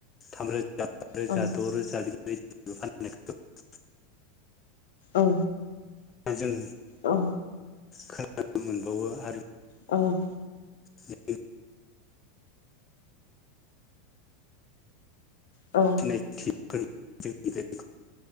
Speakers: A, on the left (about 20°); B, on the left (about 80°).
A: थामरो <unintelligible>
B: औ औ।
A: जों
B: औ।
A: ख मोनबावो आरो
B: औ
A: ज
B: औ
A: नायथि जोंनि बे